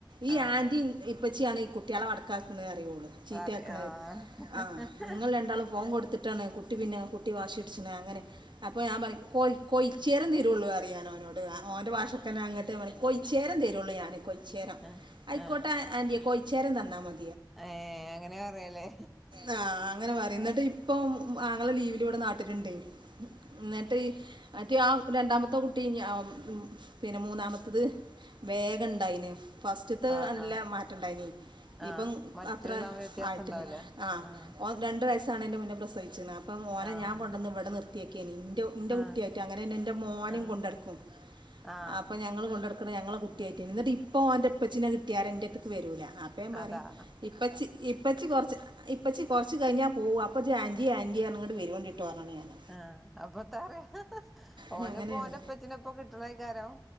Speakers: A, on the right; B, in the centre.
A: ഈ
B: ആഹ്
A: ആന്റി ഇപ്പചിയാണ് കുട്ടികള വ ത്താക്കണത് അറിയോള്ളൂ ചീത്തയാക്കണത്
B: പറയും ആഹ്
A: ആ
B: ആഹ്
A: നിങ്ങൾ രണ്ടാളും ഫോ കൊടുത്തിട്ടാണ് കു പിന്നെ കൂ ട്ടി വാഷി്ട്ച്ച്ന് അങ്ങനെ അപ്പോ ഞാൻ പറയും കോയീ കോയീ ചേർ തീരുവള്ളൂറിയാം ഓനോട്‌ ആ ഓന്റെ ഭാഷക്കന്നെ അങ്ങട്ട് ഞാൻ പറയും കൊയ്ച്ചേരം തരുള്ളു ഞാൻ കൊയ്ച്ചേരം
B: ആഹ്
A: ആയിക്കോട്ടെ
B: ആഹ്
A: ആന്റിയെ കൊയ് ചേരം തന്ന മ
B: ഏഹ് അങ്ങനെ പറയല്ലേ
A: ആ അങ്ങനെ പറയും
B: ആഹ്
A: ന്നിട്ട് ഇപ്പം. ആങ്ങള ലീവ്. ഇവിടെ നാട്ടില്ണ്ട്. ന്ന്ട്ട്. മറ്റേ ആ രണ്ടാമത്തെ കുട്ടി ഞ മ് പിന്നെ മൂന്നാമത്തത്. വേഗ ണ്ടായിന് ഫസ്റ്റത്തെ
B: ആഹ്
A: നല്ല
B: ആഹ്
A: മാറ്റണ്ടായിന്
B: ആഹ്
A: ഇപ്പം
B: മറ്റുള്ള
A: അത്ര
B: വ്യത്യാസം
A: ആയിട്ടില്ല
B: ഉണ്ടാവൂലേ
A: ആ
B: ആഹ്
A: ഓൻ രണ്ട് വയ ആവ്ണേൻ്റെ പ്രസവിച്ച്ണ് അപ്പം. ഓനെ
B: ആഹ്
A: ഞാൻ കൊണ്ടന്ന് വ്ടെ നിർ ത്യെക്കേനി ഉം ന്റെ
B: ആഹ്
A: കുട്ടിയായിട്ട് അങ്ങനെന്നെ ന്റെ മോനിം
B: ആഹ്
A: കൊണ്ട് നട്ക്കും
B: ആഹ്
A: അപ്പൊ ഞങ്ങൾ കൊണ്ട ട്ക്കും. ക്ക്ണ് ഞങ്ങളെ കുട്ടിയായിട്ട് ഏനി ന്ന്ട്ട് പ്പം ഓന്റെ പ്പച്ചിനെ കിട്ടിയാരെ ന്റെട്ത്ത്ക്ക് വെരൂല. അപ്പം ഞാൻ
B: അതാ
A: പറയും ഇപ്പച്ചി ഇപ്പച്ചി കൊറ്ച്ച്. ഇപ്പച്ചി കൊറച്ച് കഴിഞ്ഞാ പോവും അപ്പൊ ജി ആന്റി ആൻ്റി റഞ്ഞ് ങ്ങട്ട്. വരുവോണ്ടി. ട്ടോ റഞ്ഞിണ്
B: ആഹ് അപ്പത്താ പറയാ
A: ഞാൻ
B: ഓനിപ്പോ
A: അങ്ങനെയാണ്
B: ഓന്റെ ഉപ്പച്ചിനെപ്പൊ കിട്ടണേക്കാരം